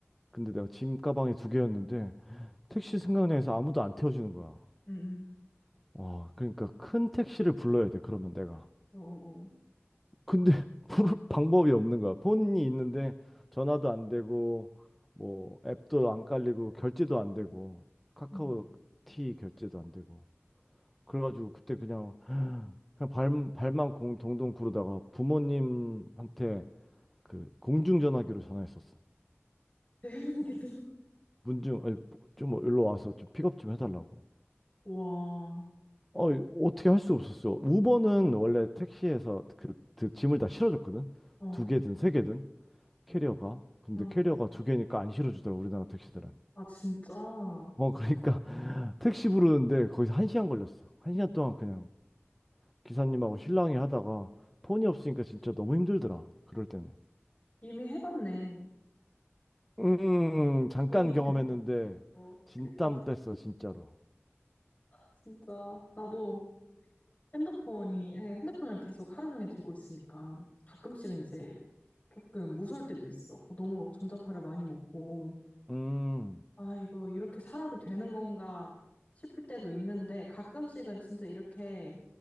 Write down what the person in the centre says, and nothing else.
근데 내가 짐 가방이 두 개였는데 택시 생각나서 아무도 안 태워주는 거야.
와, 그러니까 큰 택시를 불러야 돼. 그러면 내가.
근데 <laughs> 부를 방법이 없는 거야. 폰이 있는데 전화도 안 되고 뭐 앱도 안 깔리고 결제도 안 되고 카카오티
결제도 안 되고 그래가지고 그때 그냥 그냥 발, 발만 공 동동 구르다가 부모님한테 그 공중전화기로 전화했었어.
문중 아니, 좀 일로 와서 좀 픽업 좀 해달라고.
어 어떻게 할 수 없었어. 우버는 원래 택시에서 그, 그 짐을 다 실어줬거든.
두 개든 세 개든. 캐리어가. 근데
캐리어가 두 개니까 안 실어주더라, 우리나라 택시들은.
어, 그러니까 <laughs> 택시 부르는데 거기서 한 시간 걸렸어. 한 시간 동안 그냥 기사님하고 실랑이 하다가 폰이 없으니까 진짜 너무 힘들더라, 그럴 때는.
음, 잠깐
경험했는데
진땀
뺐어, 진짜로.
음,